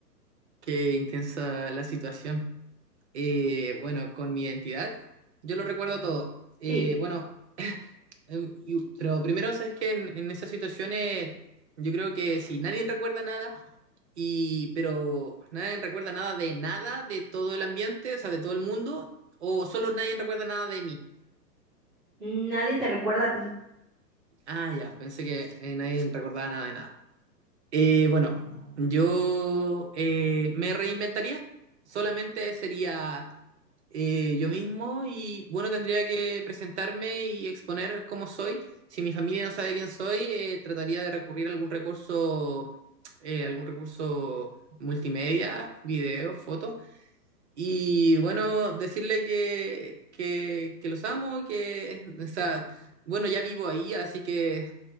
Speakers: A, on the right (about 45°); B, in the centre.
A: qué intensa la situación. Eh, bueno, con mi identidad, yo lo recuerdo todo. Eh,
B: Sí,
A: bueno, em, y- pero primero, sabes que en, en esas situaciones, yo creo que si nadie recuerda nada, y pero nadie recuerda nada de nada, de todo el ambiente, o sea, de todo el mundo, o solo nadie recuerda nada de mí.
B: nadie te recuerda a ti.
A: Ah, ya, pensé que eh, nadie recordaba nada de nada. Eh, bueno, yo eh, me reinventaría, solamente sería eh, yo mismo y bueno, tendría que presentarme y exponer cómo soy. Si mi familia no sabe quién soy, eh, trataría de recurrir a algún recurso, eh, algún recurso multimedia, videos, fotos, y bueno, decirle que, que, que los amo, que, o sea, bueno, ya vivo ahí, así que